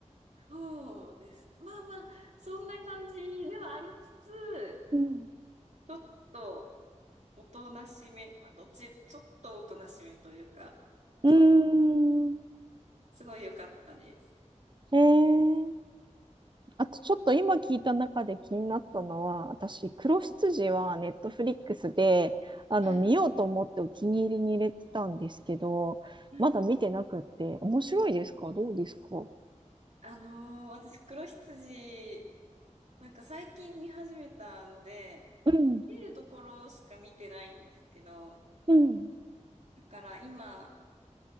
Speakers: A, on the right; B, on the right.
A: そうです。まあまあ、そんな感じではありつつ、
B: うん。
A: ちょっとおとなしめ、まあ、どっち、ちょっとおとなしめというか、
B: うーん。
A: そんな、すごい良かったです。
B: ええあとちょっと今聞いた中で気になったのは、私、黒羊はネットフリックスで、あの、
A: はい、
B: 見ようと思ってお気に入りに入れてたんですけど、
A: はい。
B: まだ見てなくって、面白いですかどうですか
A: あのー私、黒羊、なんか最近見始めたので、
B: うん。
A: 見れるところしか見てないんですけど、
B: うん
A: だから今、